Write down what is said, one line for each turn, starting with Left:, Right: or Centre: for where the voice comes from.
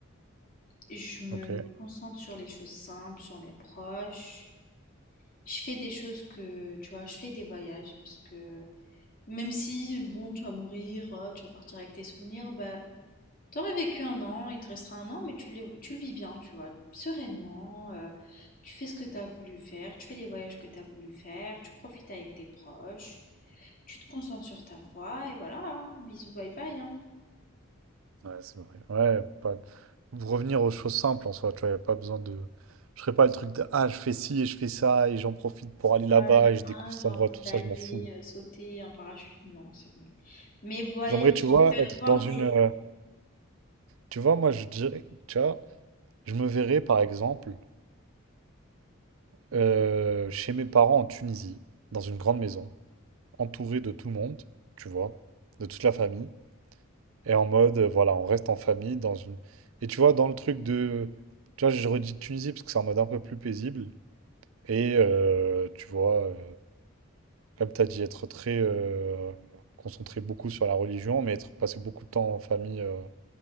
Left: Je me
Right: Ok,
Left: concentre sur les choses simples, sur mes proches. Je fais des choses que, tu vois, je fais des voyages parce que même si, bon, tu vas mourir, euh, tu vas partir avec tes souvenirs, bah, t'aurais vécu un an, il te restera un an, mais tu le, tu le vis bien, tu vois, sereinement. euh, tu fais ce que tu as voulu faire, tu fais les voyages que tu as voulu faire, tu profites avec tes proches, tu te concentres sur ta foi et voilà, hein, bisous, bye bye, hein.
Right: ouais, c'est vrai. Ouais, pas... vous revenir aux choses simples en soi, tu vois, y a pas besoin de. Je ferai pas le truc de ah, je fais ci et je fais ça et j'en profite pour aller là-bas
Left: Ah, j'ai
Right: et je découvre
Left: ah,
Right: cet
Left: j'ai envie
Right: endroit, tout
Left: d'aller
Right: ça, je m'en fous.
Left: euh, sauter un parachute, non, c'est bon. Mais voyager,
Right: J'aimerais, tu vois,
Left: heu,
Right: être
Left: voir
Right: dans une.
Left: des
Right: euh, Tu vois, moi je dirais, tu vois, je me verrais par exemple. euh, chez mes parents en Tunisie, dans une grande maison, entouré de tout le monde, tu vois, de toute la famille. Et en mode, euh, voilà, on reste en famille dans une. Et tu vois, dans le truc de. Tu vois, je redis Tunisie parce que c'est en mode un peu plus paisible. Et euh, tu vois, euh, comme tu as dit, être très. euh, concentré beaucoup sur la religion, mais être passé beaucoup de temps en famille, euh,